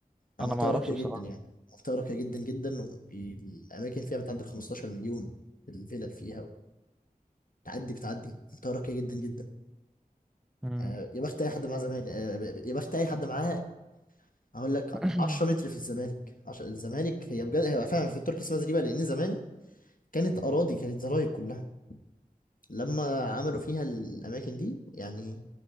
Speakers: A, on the left; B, in the centre.
A: منطقة
B: انا ما اعرفش
A: راقية
B: بصراحه
A: جدا يعني منطقة راقية جدا جدا والأماكن فيها بتعدي ال 15 مليون الفلل فيها بتعدي بتعدي منطقة راقية جدا جدا
B: مم.
A: آه، يا بخت أي حد معاه زمالك آه، يا بخت أي حد معاه هقول لك
B: <coughs>
A: 10
B: <clears throat>
A: متر في الزمالك عش... الزمالك هي بجد هي فعلا في التركي اسمها زريبة لأن زمان كانت أراضي كانت زرايب كلها لما عملوا فيها الأماكن دي يعني